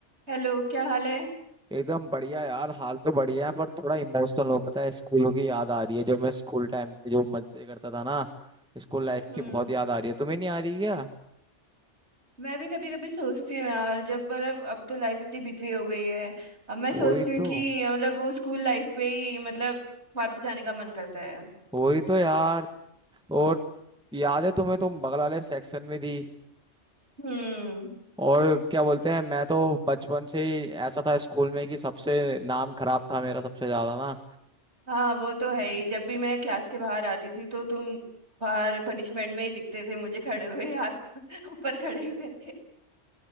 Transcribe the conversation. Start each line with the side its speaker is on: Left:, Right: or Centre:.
Right: हेलो क्या हाल है
Centre: एकदम बढ़िया यार हाल तो बढ़िया है पर थोड़ा इमोशनल हो पता है स्कूलों की याद आ रही है जो मैं स्कूल टाइम पे जो मजे करता था ना स्कूल लाइफ
Right: हम्म
Centre: की बहुत याद आ रही है तुम्हें नहीं आ रही क्या
Right: मैं भी कभी कभी सोचती हूँ यार जब मतलब अब तो लाइफ इतनी बिजी हो गई है अब मैं
Centre: वही
Right: सोचती हूँ
Centre: तो
Right: कि मतलब वो स्कूल लाइफ पे ही मतलब वापस जाने का मन करता है
Centre: वही तो यार और याद है तुम्हें तुम बगल वाले सेक्शन में थी
Right: हम्म
Centre: और क्या बोलते हैं मैं तो बचपन से ही ऐसा था स्कूल में कि सबसे नाम खराब था मेरा सबसे ज्यादा ना
Right: हाँ वो तो है ही जब भी मैं क्लास के बाहर आती थी तो तुम बाहर पनिशमेंट में ही दिखते थे मुझे खड़े हुए हाथ <laughs> ऊपर खड़े हुए करके